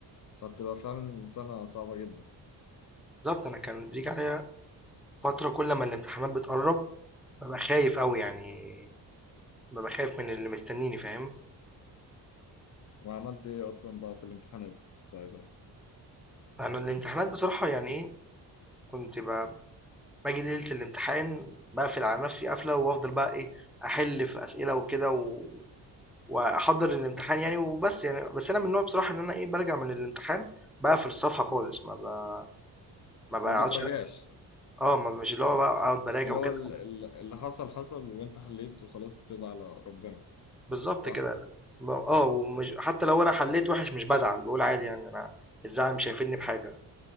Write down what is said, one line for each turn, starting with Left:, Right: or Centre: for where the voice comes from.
Left: فبتبقى فعلا سنة صعبة جدا
Centre: انا كان بيجي عليا فتره كل ما الامتحانات بتقرب ببقى خايف قوي يعني ببقى خايف من اللي مستنيني فاهم
Left: وعملت ايه اصلا بقى في الامتحانات ساعتها
Centre: انا الامتحانات بصراحه يعني ايه كنت ب- باجي ليله الامتحان بقفل على نفسي قفله وافضل بقى ايه احل في اسئله وكده و... واحضر الامتحان يعني وبس يعني بس انا من النوع بصراحه ان انا ايه برجع من الامتحان بقفل الصفحه خالص ما ب... ما بقعدش
Left: ما بتراجعش
Centre: آه، ما مش اللي هو بقى أقعد باراجع
Left: اللي
Centre: وكده،
Left: هو ال- ال- اللي حصل حصل وانت حليت وخلاص تسيب على ربنا
Centre: بالضبط
Left: صح
Centre: كده، ب آه، ومش حتى لو أنا حليت وِحِش مش بازعل، باقول عادي يعني أنا الزعل مش هيفيدني بحاجة،